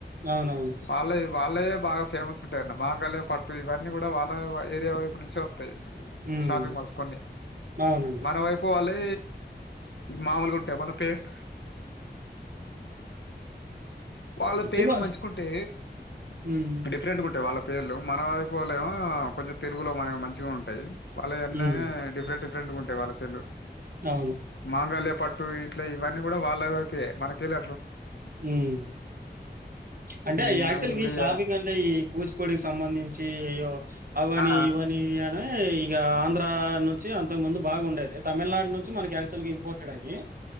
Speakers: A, on the right; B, on the left.
A: అవునవును.
B: వాళ్ళయే వాళ్ళవే బాగా ఫేమస్ ఉంటాయట. మాంగళ్య పట్టు ఇవన్నీ కూడా వాళ్ళ అ ఏరియా వైపు నుంచి వత్తయ్
A: హ్మ్.
B: షాపింగ్ మాల్స్ కొన్ని
A: అవునండి.
B: మనం అయిపోవాలి. ఇవి మామూలుగా ఉంటాయి. మన పెక్ వాళ్ళ
A: అంటే
B: పేర్లు
A: వాళ్ళు
B: మంచికుంటే
A: హ్మ్.
B: డిఫరెంట్గా ఉంటాయి. వాళ్ళకు పేర్లు మనవాయిపోలేం కొంచం తెలుగులో మనకి మంచిగా ఉంటాయి. వాళ్ళ అన్నే
A: హ్మ్.
B: డిఫరెంట్ డిఫరెంట్ రెండు ఉంటాయి. వాళ్ళ పేర్లు
A: అవును
B: మాంగళ్య పట్టు ఇట్లే ఇవన్నీ కూడా వాళ్ళకే మనకెళ్ళ
A: ఉమ్ అంటే
B: హ్మ్.
A: యాక్చువల్
B: ఆహ్, ఇప్పుడు
A: గా ఈ
B: ఇగ
A: షాపింగ్ అంటే ఈ కుచ్ పొడిస్ సంబంధించి అవ్వని
B: ఆ!
A: ఇవ్వని అని ఇక
B: ఆ!
A: ఆంద్రా నుంచి అంతకు
B: ఆ!
A: ముందు బాగుండేది. తమిళనాడు నుంచి మన యాక్చువల్గా ఇంపోర్టెడ్ అవి